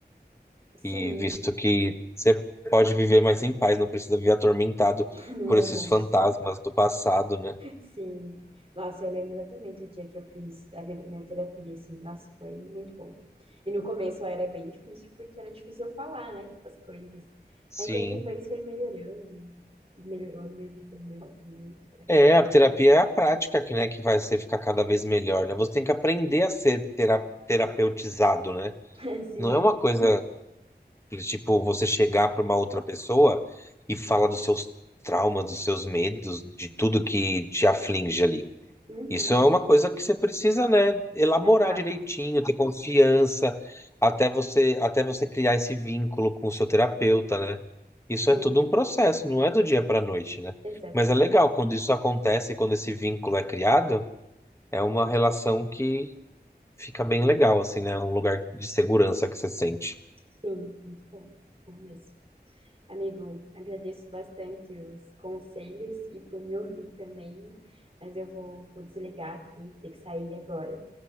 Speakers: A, on the right; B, on the left.
A: Sim,
B: E visto que você pode viver mais em paz, não precisa viver atormentado
A: <laughs> não
B: por
A: é
B: esses
A: um monstro.
B: fantasmas do passado, né?
A: Sim. Nossa, eu lembro exatamente o dia que eu fiz a minha primeira terapia, assim. Nossa, foi muito bom. E no começo era bem difícil, porque era difícil eu falar, né, as coisas.
B: Sim.
A: Mas aí depois foi melhorando e e melhorou a minha vida muito, muito pra caramba.
B: É, a terapia é a prática que, né, que vai ser ficar cada vez melhor, né? Você tem que aprender a ser tera- terapeutizado, né?
A: <laughs> Sim.
B: Não é uma coisa que, tipo você chegar para uma outra pessoa e falar dos seus traumas, dos seus medos, de tudo que te aflige ali.
A: Uhum.
B: Isso é uma coisa que você precisa, né, elaborar
A: Já tá.
B: direitinho, ter confiança, até você, até você criar esse vínculo com o seu terapeuta, né? Isso
A: Sim,
B: é tudo um processo, não é do dia para a noite, né?
A: exatamente.
B: Mas é legal quando isso acontece, quando esse vínculo é criado, é uma relação que fica bem legal, assim, né? é Um lugar de segurança que você sente.
A: Sim, muito bom. Muito bom mesmo. Amigo, agradeço bastante os conselhos e por me ouvir também, mas eu vou, vou desligar aqui, vou ter que sair agora.